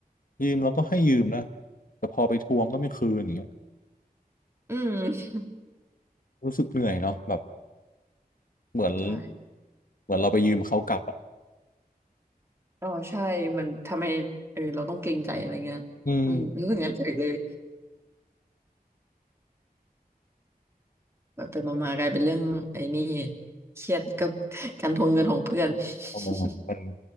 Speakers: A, on the left; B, on the right.
A: ยืมแล้วก็ให้ยืมนะแต่พอไปทวงก็ไม่คืนอย่างเงี้ย
B: อืม
A: รู้สึกเหนื่อยเนาะแบบเหมือน
B: ใช่
A: เหมือนเราไปยืมเขากลับอ่ะ
B: อ๋อใช่มันทำไมเออเราต้องเกรงใจอะไรเงี้ยอืมรู้สึกงั้นเฉยเลย
A: อืม
B: แบบไปมามากลายเป็นเรื่องไอ้นี่เครียดกับการทวงเงินของเพื่อน
A: ทมมัน
B: <laughs>